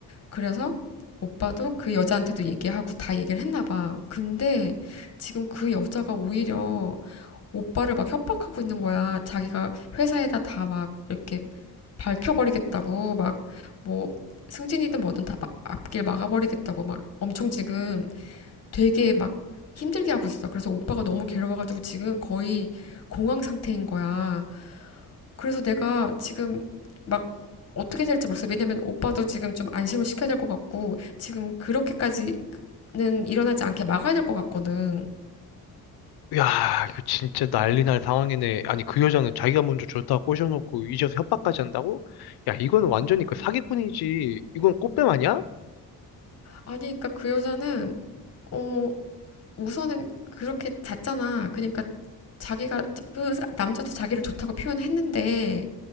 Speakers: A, on the left; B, on the left.
A: 그래서 오빠도 그 여자한테도 얘기하고 다 얘기를 했나 봐. 근데 지금 그 여자가 오히려 오빠를 막 협박하고 있는 거야. 자기가 회사에다 다 막 이렇게 밝혀버리겠다고 막 뭐 승진이든 뭐든 다 막 앞길 막아버리겠다고 막 엄청 지금 되게 막 힘들게 하고 있어. 그래서 오빠가 너무 괴로워가지고 지금 거의 공황 상태인 거야. 그래서 내가 지금 막 어떻게 될지 모르겠어. 왜냐면 오빠도 지금 좀 안심을 시켜야 될 것 같고 지금 그렇게까지는 일어나지 않게 막아야 될 것 같거든.
B: 야, 이거 진짜 난리 날 상황이네. 아니, 그 여자는 자기가 먼저 좋다고 꼬셔놓고 잊어서 협박까지 한다고? 야, 이거는 완전히 그 사기꾼이지. 이건 꽃뱀 아니야?
A: 아니, 그러니까 그 여자는 어 우선은 그렇게 잤잖아. 그러니까 자기가 그 남자도 자기를 좋다고 표현했는데